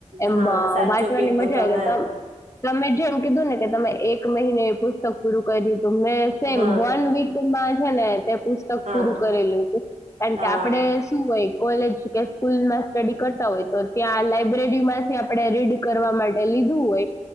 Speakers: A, on the left; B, on the right.
A: એમ
B: હા
A: વ
B: સાચું
A: વાંચવાની
B: કીધું
A: મજા
B: તમે
A: આવે જાય, તબ તમે જેમ કીધું ને કે તમે એક મહિને એ પુસ્તક પૂરું કરી તો મે સેમ
B: હા
A: વન વીક માં છે ને તે પુસ્તક
B: હા
A: પૂરું કરેલું તું, કારણ
B: હા
A: કે આપડે શું હોય કોલેજ કે સ્કૂલમાં સ્ટડી કરતા હોય તો ત્યાં લાઈબ્રેરી માંથી આપણે રીડ કરવા માટે લીધું હોય.